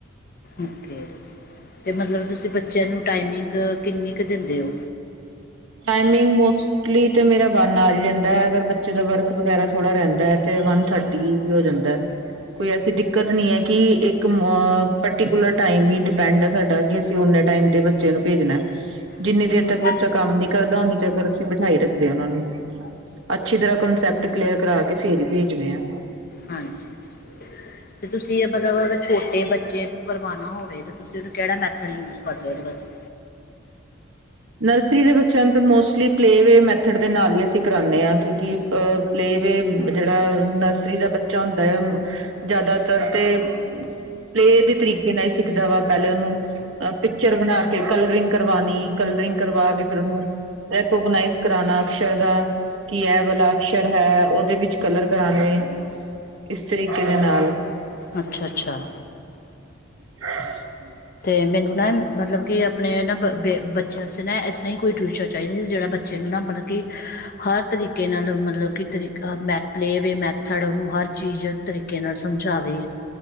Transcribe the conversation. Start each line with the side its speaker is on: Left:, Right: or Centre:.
Left: ਓਕੇ ਤੇ ਮਤਲਬ ਤੁਸੀਂ ਬੱਚਿਆਂ ਨੂੰ ਟਾਈਮਿੰਗ ਕਿੰਨੀ ਕੁ ਦਿੰਦੇ ਓ
Right: ਟਾਈਮਿੰਗ ਮੋਸਟ ਮੋਸਟਲੀ ਤੇ ਮੇਰਾ ਵੰਨ ਆਵਰ ਹੀ ਰਹਿੰਦਾ ਐ। ਅਗਰ ਬੱਚੇ ਦਾ ਵਰਕ ਵਗੈਰਾ ਥੋੜਾ ਰਹਿੰਦਾ ਐ ਤੇ ਵੰਨ ਥਰਟੀ ਵੀ ਹੋ ਜਾਂਦਾ ਹੈ। ਕੋਈ ਐਸੀ ਦਿੱਕਤ ਨੀ ਹੈ। ਕਿ ਇੱਕ ਅ ਪਰਟੀਕੁਲਰ ਟਾਈਮ ਹੀ ਡਿਪੈਂਡ ਹੈ ਸਾਡਾ ਕਿ ਅਸੀਂ ਓਨੇ ਟਾਈਮ ਦੇ ਬੱਚੇ ਨੂੰ ਭੇਜਣਾ ਐ, ਜਿੰਨੀ
Left: ਅੱਛਾ
Right: ਦੇਰ ਤੱਕ ਬੱਚਾ ਕੰਮ ਨੀ ਕਰਦਾ। ਓਨੀ ਦੇਰ ਤਕ ਅਸੀਂ ਬਿਠਾਈ ਰੱਖਦੇ ਆ। ਉਹਨਾਂ ਨੂੰ ਅੱਛੀ ਤਰ੍ਹਾਂ ਕੰਸੈਪਟ ਕਲੀਅਰ ਕਰਾ ਕੇ ਫੇਰ ਹੀ ਭੇਜਣੇ ਆ
Left: ਹਾਂਜੀ-ਹਾਂਜੀ, ਤੇ ਤੁਸੀਂ ਏ ਮਤਲਬ ਅਗਰ ਛੋਟੇ ਬੱਚੇ ਨੂੰ ਕਰਵਾਣਾ ਹੋਵੇ ਤੁਸੀਂ ਉਹਨੂੰ ਕਿਹੜਾ ਮੈਥਡ ਯੂਜ ਕਰਦੇ ਹੋ? ਉਹਦੇ ਵਾਸਤੇ
Right: ਨਰਸਰੀ ਦੇ ਬੱਚਿਆਂ ਨੂੰ ਤਾਂ ਮੋਸਟਲੀ ਪਲੇਵੇ ਮੈਥਡ ਦੇ ਨਾਲ ਹੀ ਅਸੀਂ ਕਰਾਂਨੇ ਆ ਕਿਉਂਕਿ ਅ ਪਲੇਵੇ ਜੇਹੜਾ ਨਰਸਰੀ ਦਾ ਬੱਚਾ ਹੁੰਦਾ ਹੈ। ਜੈਦਾਤਰ ਤੇ ਪਲੇਅ ਦੇ ਤਰੀਕੇ ਨਾਲ ਈ ਸਿੱਖਦਾ ਵਾ ਪਹਿਲੇ ਉਹਨੂੰ ਅ ਪਿਚਰ ਬਣਾ ਕੇ ਕਲਰਿੰਗ ਕਰਵਾਨੀ। ਕਲਰਿੰਗ ਕਰਵਾ ਕੇ ਫੇਰ ਉਨੂੰ, ਰੈਕੋਗਨਾਈਜ਼ ਕਰਾਨਾ ਅਕਸ਼ਰ ਦਾ ਕੀ ਐ ਵਲਾ ਅਕਸ਼ਰ ਹੈ ਓਦੇ ਵਿੱਚ ਕਲਰ ਕਰਾਨਗੇ, ਇਸ ਤਰੀਕੇ ਦੇ ਨਾਲ।
Left: ਅੱਛਾ-ਅੱਛਾ।
Right: <inaudible>
Left: ਤੇ ਮੈਨੂੰ ਨਾ ਮਤਲਬ ਕਿ ਅਪਨੇ ਨਾ ਬ ਬੇ ਬੱਚੇਆਂ ਅਸੇ ਨਾ ਐਸ ਤਰਾ ਈ ਕੋਈ ਟਿਯੂਸ਼ਨ ਚਾਈਦਾ ਸੀ ਜੜਾ ਬੱਚੇ ਨੂੰ ਨਾ ਮਤਲਬ ਕਿ, ਹਰ ਤਰੀਕੇ ਨਾਲ ਮਤਲਬ ਕਿ ਤਰੀਕ ਮੈ ਪਲੇ ਵੇ ਮੈਥਡ ਉਨੂੰ ਹਰ ਚੀਜ਼ ਤਰੀਕੇ ਨਾਲ ਸਮਝਾਵੇ,